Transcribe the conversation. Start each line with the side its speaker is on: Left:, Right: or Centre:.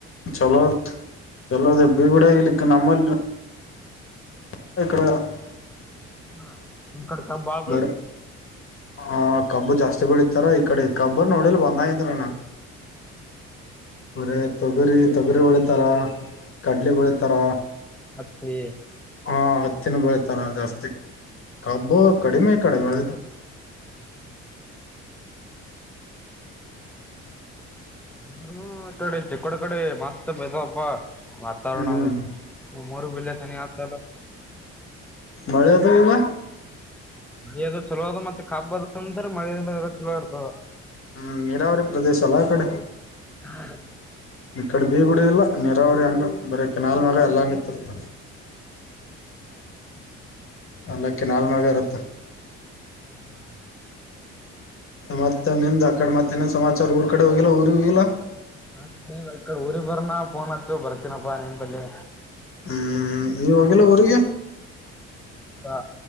Left: ಚಲೋ ಚಲೋದ ಬಿಗೂಡ ಇಲಿಕ್ಕೆ ನಮ್ಮಲ್ಲಿ <unintelligible>
Centre: ಹಾ ಹ ಕಡೆ ಕಬ್ ಬಾಳ
Left: ಬರ ಆ ಕಬ್ಬ ಜಾಸ್ತಿ ಬೆಳಿತಾರ ಈ ಕಡೆ ಕಬ್ಬು ನೋಡಿಲಿ ಬಂದಾಗಿಂದರ ನಾನ್
Centre: ಹ್ಮ
Left: ಮಾರಯ ತೊಗರಿ ತೊಗರಿ ಬೆಳಿತಾರ ಕಡ್ಲಿ ಬೆಳತಾರ.
Centre: ಹತ್ತಿ
Left: ಹಾ ಹತ್ತಿನ ಬೆಳತಾರ ಜಾಸ್ತಿ ಕಬ್ಬು ಕಡಿಮೆ ಇಕಡೆ ಬೆಳೆದು
Centre: <inaudible> ಅಂದ್ರನು ಇ ಕಡೆ ಚಕ್ಕಡ ಕಡೆ ಮಸ್ತ್ ಬತಪ್ಪ. ವಾತಾವರಣದ
Left: ಹ್ಮ್
Centre: ನಿಮ್ಮ ಊರ ಇಲ್ಲೇ ಸನಿ ಆತದ ಅಲಾ
Left: ಮಳಿ ಅದು ಈಗ
Centre: ಮಳೆದು ಚಲೋ ಅ ಮತ್ತ ಕಬ್ಬ ಅದ ಅಂತ ಮಳೆ ಚಲೋ ಇರ್ತದ.
Left: ಹ್ಮ ನೀರಾವರಿ ಪ್ರದೇಶ ಅಲ್ಲ ಅಕಡ
Centre: ಹಾ
Left: ಈ ಕಡೆ ಬೀಗುಡ ಇಲ್ಲ ನೀರಾವರಿ ಹಂಗ ಬರ ಕಿನಾಲ್ ಮೆಗಾ ಎಲ್ಲ ನಿತ್ತರ್ತ ಅಲ್ಲ ಕಿನಾಲ್ ಮಾಗ ಇರತ್ತ.
Centre: ಹ್ಮ್.
Left: ಮತ್ತ ನಿಂದ ಆ ಕಡೆ ಮತ್ತನ್ ಸಮಾಚಾರ ಊರ್ ಕಡೆ ಹೋಗಿಲ್ಲ ಊರಿಗ ಹೋಗಿಲ್ಲ.
Centre: ಹ ಈಕಡೆ ಊರಿಗ ಬರ್ನ ಫೋನ್ ಹಚ್ಚು ಬರ್ತೀನಪ್ಪಾ ನಿನ್ ಬಲ್ಲಿ.
Left: ಹ್ಮ ನೀ ಹೋಗಿಲ್ಲ ಊರಿಗಿ
Centre: ಹಾ